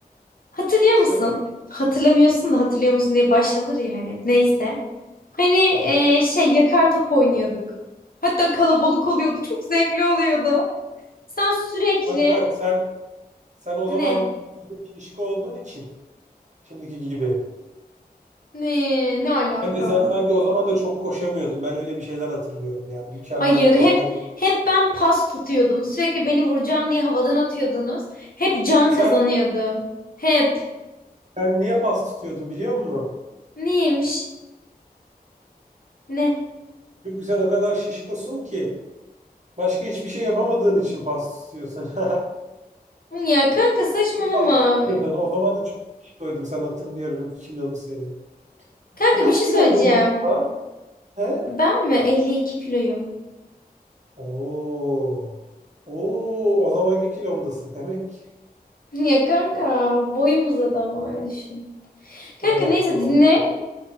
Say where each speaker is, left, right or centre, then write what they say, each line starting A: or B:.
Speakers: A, on the left; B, on the right.
A: Hatırlıyor
B: Söyle
A: musun?
B: bakayım
A: Hatırlamıyorsun da hatırlıyor musun diye başlanır ya hani hep. Neyse. Hani eee, şey yakar top oynuyorduk. Hatta kalabalık oluyordu. Çok zevkli oluyordu. Sen sürekli
B: kanka sen Sen o
A: ne?
B: zaman şişko olduğun için şimdiki gibi.
A: Ne? Ne alaka?
B: Bence sen sanki o zaman da çok koşamıyordun. Ben öyle bir şeyler hatırlıyorum yani. Mükemmel
A: Hayır,
B: koşamadın.
A: hep hep ben pas tutuyordum. Sürekli beni vuracağım diye havadan atıyordunuz. Hep can
B: Sen
A: kazanıyordum. Hep.
B: sen niye pas tutuyordun biliyor musun?
A: Neymiş? Ne?
B: Çünkü sen o kadar şişkosun ki başka hiçbir şey yapamadığın için pas tutuyorsun. <laughs>
A: Ya kanka saçmalama.
B: Pas tutuyordun. O zaman da çok şişkoydun. Sen hatırlıyorum kilolu seni.
A: Kanka
B: Sen kaç
A: bir şey
B: kilo
A: söyleyeceğim.
B: oldun bu arada? He?
A: Ben mi 52 kiloyum?
B: Oo. Oo, o zamanki kilondasın demek.
A: Ya kanka boyum uzadı ama öyle düşün. Kanka
B: Evet
A: neyse
B: doğru.
A: dinle.